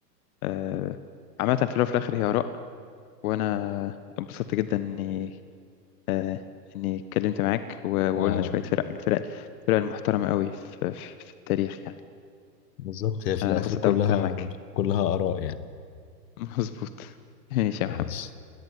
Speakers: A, on the left; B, on the left.
A: آه عامه في الاول وفي الاخر هي اراء وانا اتبسطت جدا اني آه، اني اتكلمت معاك و- وقلنا
B: آه،
A: شويه فرق من الفرق الفرق المحترمه قوي في, في, في التاريخ يعني
B: بالظبط هي في
A: انا
B: الآخر
A: اتبسطت
B: كلها
A: قوي بالكلام معاك
B: كلها آراء يعني
A: <laughs> مظبوط ماشي يا
B: ماشي
A: محمد